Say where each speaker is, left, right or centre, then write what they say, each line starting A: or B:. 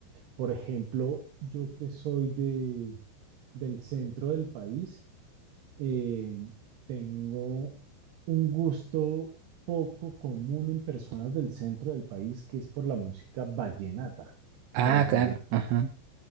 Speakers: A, on the right; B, on the right.
A: por ejemplo, yo que soy de, del centro del país, eh, tengo un gusto poco común en personas del centro del país que es por la música vallenata,
B: Ah,
A: por el vallenato
B: claro, ajá.